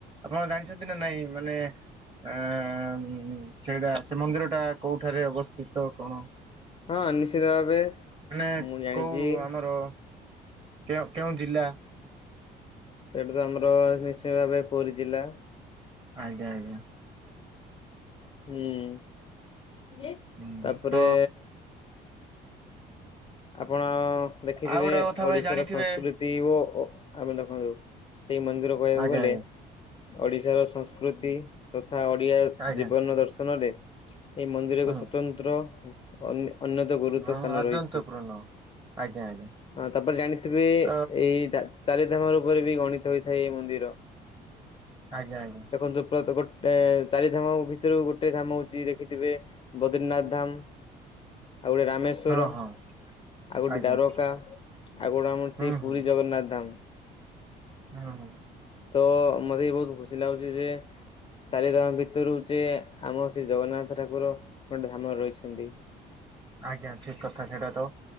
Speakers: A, on the right; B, on the left.
A: ଆପଣ ଜାଣିଛନ୍ତି ନା ନାଇଁ ମାନେ ଆ ହୁଁ ସେଇଟା ସେ ମନ୍ଦିର ଟା କୋଉଠାରେ ଅବସ୍ଥିତ କଣ?
B: ହଁ ନିଶ୍ଚିତ ଭାବେ
A: ମାନେ
B: ମୁଁ ଜାଣିଛି।
A: କଉ ଆମର କେଉଁ କେଉଁ ଜିଲ୍ଲା?
B: ସେଟି ତ ଆମର ନିଶ୍ଚୟ ଭାବେ ପୁରୀ ଜିଲ୍ଲା।
A: ଆଜ୍ଞା ଆଜ୍ଞା।
B: ହୁଁ <unintelligible>
A: ଆଜ୍ଞା
B: ତାପରେ
A: ତ
B: ଆପଣ ଦେଖିଥିବେ
A: ଆଉ ଗୋଟେ କଥା ଭାଇ
B: ଓଡ଼ିଶାର
A: ଜାଣିଥିବେ
B: ସଂସ୍କୃତି ଓ ଓ ଆମେ <unintelligible> ସେଇ ମନ୍ଦିର କହିବାକୁ
A: ଆଜ୍ଞା
B: ଗଲେ ଓଡ଼ିଶାର ସଂସ୍କୃତି ତଥା ଓଡିଆ
A: ଆଜ୍ଞା ଆଜ୍ଞା
B: ଜୀବନ ଦର୍ଶନରେ ଏଇ ମନ୍ଦିରକୁ
A: ହୁଁ
B: ସ୍ୱତନ୍ତ୍ର ଅନ୍ୟ ଅନ୍ୟ ତ ଗୁରୁତ୍ୱ
A: ହଁ
B: ସ୍ଥାନ
A: ଅତ୍ୟନ୍ତ
B: ରହିଛି।
A: ପୂର୍ଣ୍ଣ। ଆଜ୍ଞା ଆଜ୍ଞା
B: ହଁ ତାପରେ ଜାଣିଥିବେ
A: ତ
B: ଏଇ ଚାରି <unintelligible> ରୂପରେ ବି ଗଣିତ ହୋଇଥାଏ ଏଇ ମନ୍ଦିର
A: ଆଜ୍ଞା ଆଜ୍ଞା
B: ଦେଖନ୍ତୁ <unintelligible> ଏ ଚାରି ଧାମ ଭିତରୁ ଗୋଟେ ଧାମ ହଉଛି ଦେଖିଥିବେ ବଦ୍ରିନାଥ ଧାମ୍। ଆଉ ଗୋଟେ ରାମେଶ୍ଵର।
A: ହଁ ହଁ
B: ଆଉ ଗୋଟେ
A: ଆଜ୍ଞା
B: ଦ୍ୱାରକା ଆଉ ଗୋଟେ ଆମର
A: ହୁଁ
B: ସେଇ ପୁରୀ
A: ହୁଁ
B: ଜଗନ୍ନାଥ ଧାମ୍।
A: <unintelligible>
B: ତ ମତେ ବି ବହୁତ୍ ଖୁସି ଲାଗୁଛି ଯେ ଚାରିଧାମ ଭିତରୁ ଯେ ଆମ ସେ ଜଗନ୍ନାଥ ଠାକୁର ଗୋଟେ ଧାମରେ ରହିଛନ୍ତି।
A: ଆଜ୍ଞା ଠିକ୍ କଥା ସେଇଟା ତ